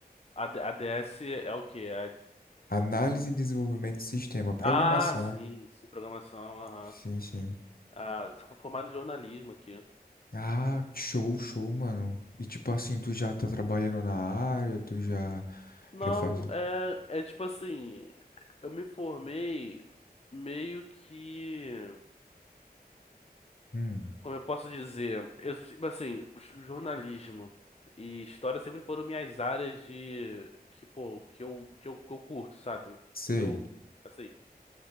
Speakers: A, on the left; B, on the left.
A: A, D- a DS é o quê? É
B: Análise e desenvolvimento de sistema, programação.
A: A- Ah, sim, sim, programação, aham.
B: Sim, sim.
A: Ah, só fui formado em jornalismo aqui.
B: Ah, show, show, mano. E tipo assim, tu já tá trabalhando na área, tu já
A: Não,
B: já faz.
A: é, é tipo assim, eu me formei meio que,
B: Hum.
A: como eu posso dizer, eu, tipo assim, j- jornalismo e história sempre foram minhas áreas de, que, pô, que eu, que eu, que eu curto, sabe?
B: Sei.
A: Que eu, assim,